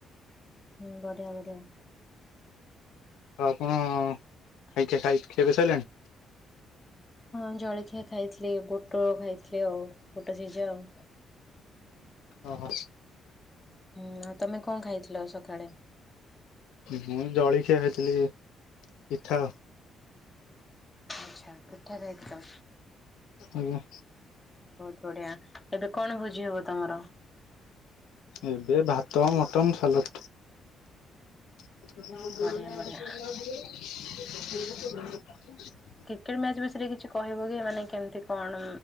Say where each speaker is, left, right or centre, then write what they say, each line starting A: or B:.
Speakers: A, on the left; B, on the left.
A: ହଁ ବଢିଆ ବଢିଆ
B: ତ ଆପଣ ଖାଇଚ <unintelligible> ଖିଆ ପିଆ ସଇଲାଣି?
A: ହଁ ଜଳଖିଆ ଖାଇଥିଲି ବୁଟ ଖାଇଥିଲି ଆଉ ବୁଟ ସିଝା ଆଉ
B: ଓ ହଁ
A: ହୁଁ ଆଉ ତମେ କଣ ଖାଇଥିଲ ସକାଳେ?
B: ମୁଁ ଜଳିଖିଆ ହେଇଥିଲି ପିଠା
A: ଆଚ୍ଛା ପିଠା ଖାଇଥିଲ
B: ଆଜ୍ଞା।
A: ବହୁତ ବଢିଆ, ଏବେ କଣ ଭୋଜି ହବ ତମର?
B: ଏବେ ଭାତ, ମଟନ୍, ସାଲଟ୍। <inaudible>
A: ବଢିଆ ବଢିଆ। କ୍ରିକେଟ୍ ମ୍ୟାଚ ବିଷୟରେ କିଛି କହିବ କି, ମାନେ କେମିତି କଣ